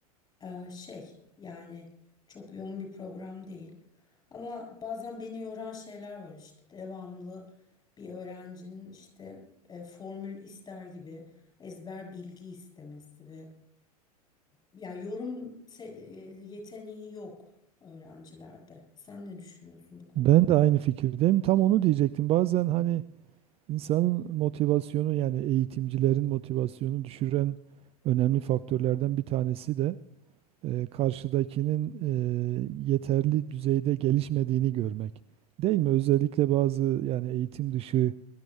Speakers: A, on the left (about 20°); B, on the right (about 30°).
A: Ee, şey yani çok yoğun bir program değil. Ama bazen beni yoran şeyler var işte devamlı bir öğrencinin işte e, formül ister gibi ezber bilgi istemesi ve ya yorum se- e, yeteneği yok öğrencilerde. Sen ne düşünüyorsun bu konuda?
B: Ben de aynı fikirdeyim. Tam onu diyecektim. Bazen hani insanın motivasyonu yani eğitimcilerin motivasyonu düşüren önemli faktörlerden bir tanesi de e, karşıdakinin e, yeterli düzeyde gelişmediğini görmek. Değil mi? Özellikle bazı yani eğitim dışı